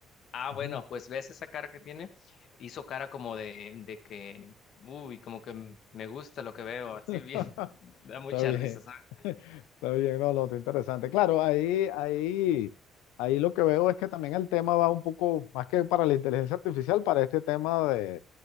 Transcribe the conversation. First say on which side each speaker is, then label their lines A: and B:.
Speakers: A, on the left (about 65°); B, on the left (about 85°).
A: ah, bueno,
B: Ujú.
A: pues ves esa cara que tiene, hizo cara como de, de que, uy, como que m- me gusta lo que veo, así
B: <laughs>
A: bien, <laughs> da mucha
B: Está bien.
A: risa, ¿sabes?
B: <laughs> Está bien, no, no, está interesante. Claro, ahí, ahí, ahí lo que veo es que también el tema va un poco más que para la inteligencia artificial, para este tema de,